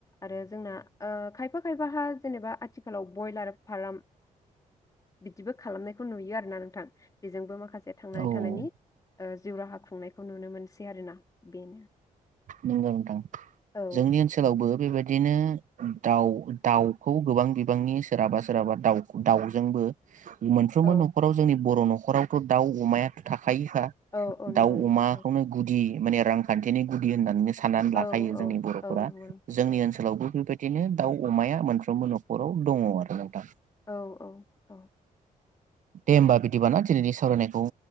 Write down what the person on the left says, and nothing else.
आरो जोंना खायफा खायफाहा जेनेबा आथिखालाव बयलार फार्म बिदिबो खालामनायखौ नुयो आरो ना नोंथां बेजोंबो माखासे थांनानै
थानायनि जिउ राहा खुंनायखौ नुनो मोनसै आरोना बेनो
औ
औ
औ औ नंगौ
नोंथां
औ
औ
औ नंगौ नोंथां
औ
औ औ औ